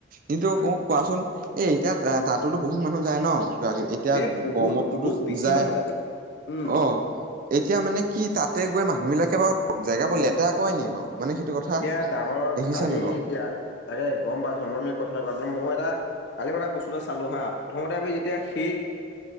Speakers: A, on the right; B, on the left.
A: কিন্তু
B: উম
A: মোক কোৱাচোন এ এতিয়া তাতোতো বহুত মানুহ যায় ন। এতিয়া
B: এ বহুত
A: গৰমতো
B: বহুত বেছি
A: যায়।
B: মানুহ উম
A: অ', এতিয়া মানে কি তাতে গৈ মানুহবিলাকে বাৰু জেগাবোৰ লেতেৰা কৰে নেকি বাৰু? মানে সেইটো কথা
B: এতিয়া ডাঙৰ,
A: দেখিছা
B: কালি
A: নি বাৰু
B: এতিয়া তাকে গম পাইছোঁ মৰমি ক মই এটা কালি ক এটা বস্তুটা চালো হা, প্ৰথমতে আমি যেতিয়া সেই